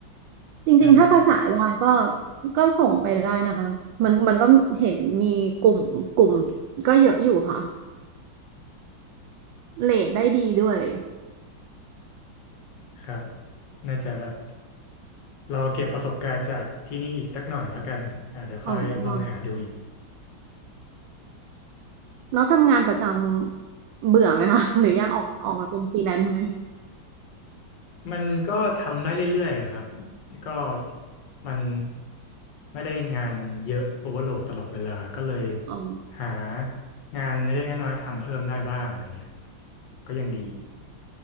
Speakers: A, on the right (about 75°); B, on the left (about 65°).
A: จริงๆถ้าภาษาได้ก็
B: น่าสน
A: ก็ส่งไปได้นะคะ มันมันก็เห็นมีกลุ่มกลุ่มก็เยอะอยู่ค่ะเรทได้ดีด้วย
B: ครับน่าจะแบบรอเก็บประสบการณ์จากที่นี่อีกสักหน่อยแล้วกัน อาจจะค่อยลองหาดูอีก
A: อ๋อแล้วทำงานประจำเบื่อไหมคะ <laughs> หรืออยากออกออกมาเป็นฟรีแลนซ์ไหม
B: มันก็ทำได้เรื่อยๆครับก็มันไม่ได้งานเยอะโอเวอร์โหลดตลอดเวลาก็เลย
A: อ๋อ
B: หางานเล็กๆน้อยๆทำเพิ่มได้บ้างอะไรเงี้ยก็ยังดี